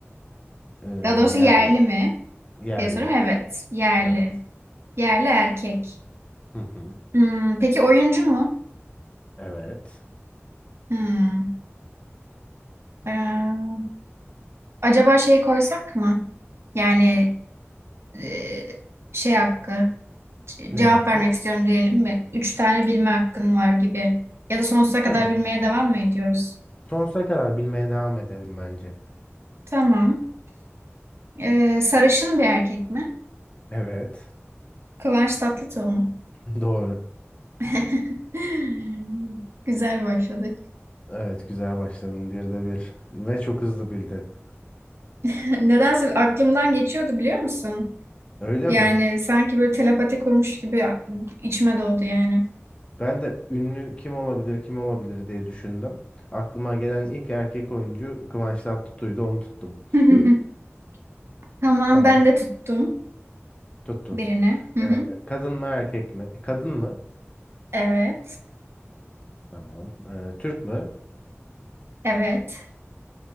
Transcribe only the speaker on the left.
Ee,
yer,
yerli.
Evet.
Hı hı.
Evet.
Ne
hakkı?
Ha.
Sonsuza kadar bilmeye devam edelim bence.
Evet.
<laughs> Doğru.
Evet güzel başladın. Bir de bir. Ve çok hızlı bildin.
Öyle
mi?
Ben de ünlü kim olabilir kim olabilir diye düşündüm. Aklıma gelen ilk erkek oyuncu Kıvanç Tatlıtuğ'ydu onu tuttum.
Tamam
tuttun.
Ee, kadın mı erkek mi? E, Kadın mı?
Tamam. Ee, Türk mü?